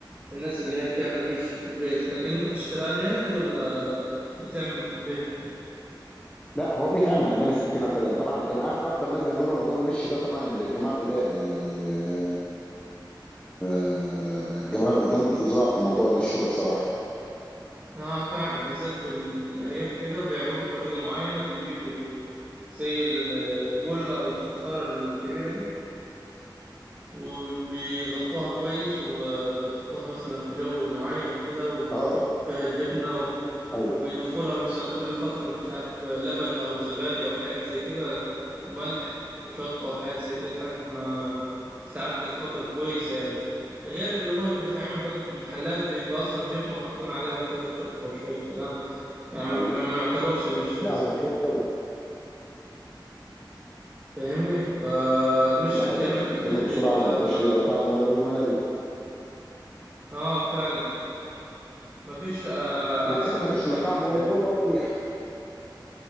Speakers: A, on the right; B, on the left.
A: الناس اللي هي بتعمل مش في البيت لكن انتوا بتشتريها جاهز ولا بتعمله في البيت
B: لا هو بيتعمل عندنا ستنا طيب طبعا الجماعه افضل ناس بيعملوا موضوع المش ده طبعا الجماعه القدام يعني آه، آه، الجماعه القدام فظاع في موضوع المش ده بصراحه
A: اه فعلا بالذات في, ال... في الأرياف كده بيعملوه بطريقة معينة بيجيبوا زي الجلة أو الفخار الكبيرة دي وبيغطوها كويس وبيحطوها مثلا في جو معين كده وبيحطوا
B: اه
A: فيها جبنة
B: ايوه
A: وبيضيفوا لها مثلا كل فترة مش عارف لبن أو زبادي أو حاجات زي كده وملح وشطة أو حاجات زي كده لحد ما تتعتك فترة كويسة يعني غير اللي هو اللي بيتعمل بقى في المحلات بيبقى أصلا جبنة وحاطين عليها شوية شطة وشوية كلام يعني
B: ده
A: ما
B: حقيقي
A: بي- ما يعتبرش مش أصلا
B: لا وكده
A: فاهمني فالمش
B: ده
A: اللي
B: حقيقي
A: بيتعمل
B: فعلا
A: في البيت
B: بيتعمل بسرعه
A: بيبقى
B: وما بيبقاش ليه لا طعم ولا لون ولا ريحه
A: آه فعلا مفيش آه،
B: والتاني
A: احسن من
B: ملوش
A: اللي بيتعمل
B: لا طعم
A: في البيت
B: ولا لون ولا ريحه